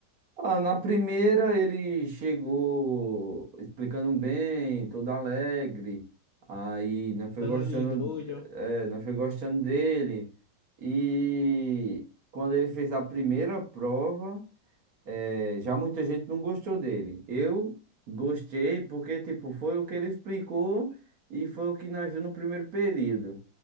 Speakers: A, on the right (about 55°); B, on the left (about 75°).
A: Ah, na primeira ele chegou explicando bem, todo alegre. Aí não foi
B: Dando
A: gostando,
B: ali doido.
A: é, não foi gostando dele. E quando ele fez a primeira prova, é, já muita gente não gostou dele. Eu gostei porque tipo foi o que ele explicou e foi o que nós viu no primeiro período.